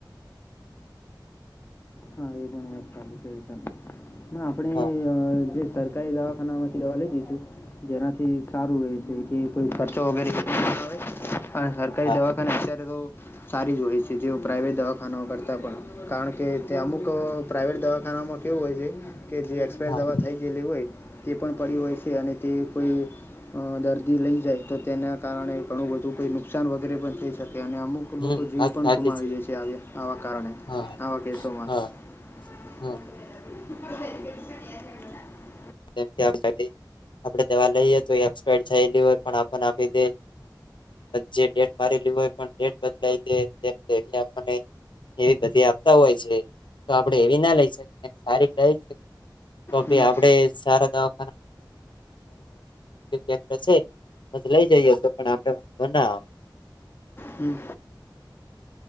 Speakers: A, on the left; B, on the left.
A: હા એ પણ આપણે કઈ
B: હા
A: દવાખાનામાંથી દવા લઈ જશું જેનાથી સારું રહે છે કે કોઈ ખર્ચો વગેરે આવે હ સરકારી
B: હા
A: દવાખાને અત્યારે તો સારી જો હોય છે કે જેઓ પ્રાઇવેટ દવાખાનાઓ કરતાં પણ કારણ કે તે અમુક પ્રાઇવેટ દવાખાનામાં કેવું હોય છે કે જે એક્સપાયર
B: હા
A: દવા થઈ ગયેલી હોય તે પણ પડી હોય છે અને તે કોઈ દર્દી લઈ જાય તો તેના કારણે ઘણું બધું કોઈ નુકસાન વગેરે પણ થઈ શકે અને અમુક
B: હમ
A: લોકો જીવ
B: વાત
A: પણ
B: સાચી
A: ગુમાવી દે છે આવા કારણે
B: હા
A: આવા કેસોમાં
B: હા
A: <unintelligible>
B: હા જેમ કે આપડે દવા લઈએ એક્સપાયડ થયલી હોય પણ આપ આપી દે જે ડેટ મારેલી હોયેટ લઈ એ બધી આપતા હોય છે તો આપડે એવી ના લઈ શકીએ સારી લ તો ભી
A: હમ
B: આપડે રોગ્ય કેન્દ્ર છે હ લઈ જઈએ તો પણ આપડ વાંધો ના
A: હમ